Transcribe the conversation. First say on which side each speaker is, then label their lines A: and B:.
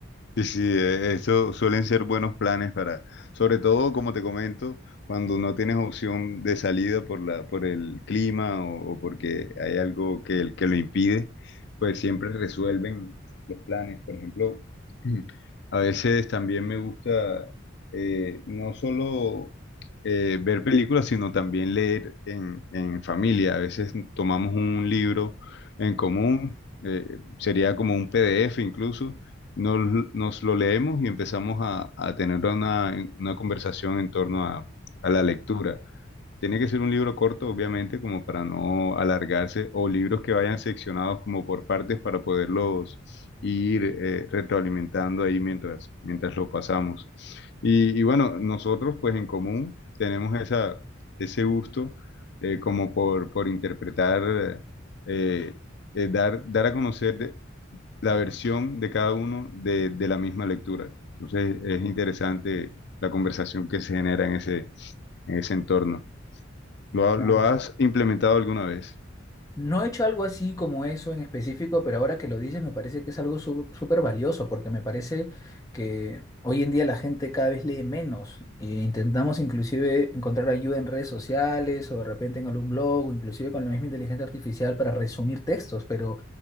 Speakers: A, on the left; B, on the left.
A: Sí, sí, eh, eso suelen ser buenos planes para, sobre todo como te comento, cuando no tienes opción de salida por la, por el clima o, o porque hay algo que, que lo impide, pues siempre resuelven los planes. Por ejemplo, <clears throat> a veces también me gusta eh, no solo eh, ver películas, sino también leer en, en familia. A veces tomamos un libro en común, eh, sería como un PDF incluso nos, nos lo leemos y empezamos a, a tener una, una conversación en torno a, a la lectura. Tiene que ser un libro corto, obviamente, como para no alargarse, o libros que vayan seccionados como por partes para poderlos ir eh, retroalimentando ahí mientras, mientras lo pasamos. Y, y bueno, nosotros pues en común tenemos esa, ese gusto eh, como por, por interpretar, eh, eh, dar, dar a conocer la versión de cada uno de, de la misma lectura. Entonces es interesante la conversación que se genera en ese, en ese entorno. ¿Lo, ha-
B: claro
A: lo has implementado alguna vez?
B: No he hecho algo así como eso en específico, pero ahora que lo dices me parece que es algo su- súper valioso, porque me parece que hoy en día la gente cada vez lee menos e intentamos inclusive encontrar ayuda en redes sociales o de repente en algún blog o inclusive con la misma inteligencia artificial para resumir textos, pero